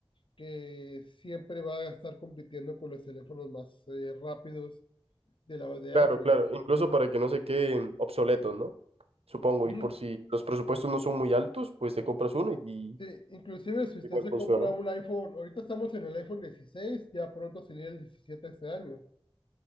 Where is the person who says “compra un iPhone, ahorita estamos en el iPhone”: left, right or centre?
Left